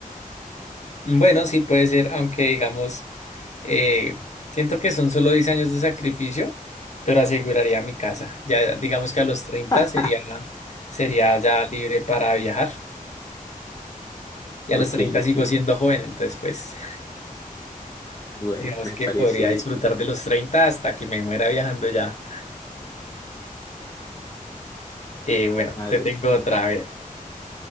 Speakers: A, on the left (about 55°); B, on the left (about 25°).
A: Bueno, sí puede ser, aunque digamos, eh, siento que son solo 10 años de sacrificio, pero aseguraría mi casa. Ya digamos que a los 30
B: <laughs>
A: sería, sería ya libre para viajar. Y
B: Ok,
A: a los treinta
B: ok,
A: sigo siendo joven, entonces pues <laughs>
B: bueno,
A: digamos
B: me
A: que
B: parece
A: podría
B: bien.
A: disfrutar de los 30 hasta que me muera viajando ya. Eh, bueno,
B: A
A: te
B: ver,
A: tengo otra, a ver,